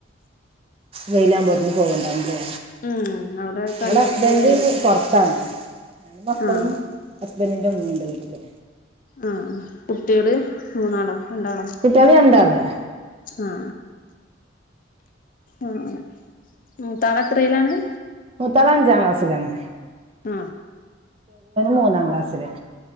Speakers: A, on the right; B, on the left.
A: വെയിലാുമ്പോ പോകണ്ടാവില്ലേ
B: ഉം അവിടെ കല്ലൊക്കെ
A: ഇടെ ഹസ്ബന്ഡ്
B: വേഗം
A: പൊറത്താണ് ഞാനും മക്കളും
B: ആഹ്
A: ബൻ്റിന്റെ മ്മയുണ്ട് വീട്ടില്
B: ആ കുട്ടികള് മൂന്നാളോ ഉണ്ടാണോ
A: കുട്ടികള് രണ്ടാള്
B: ആ ആഹ് മുത്താൾ എത്രെലാണ്
A: മുത്താൾ അഞ്ചാംക്ലാസ്സിലാണ്
B: ആ
A: മൂന്നാം ക്ലാസ്സില്